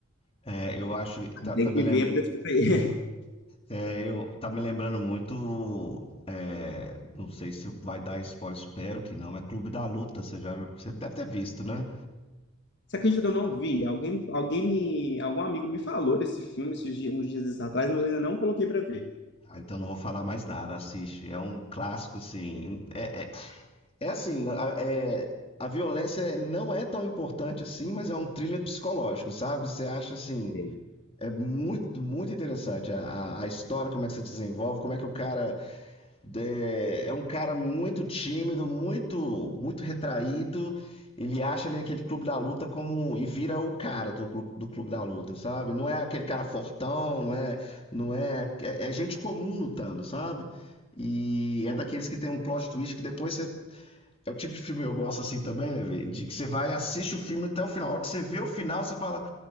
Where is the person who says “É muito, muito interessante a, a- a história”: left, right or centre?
Left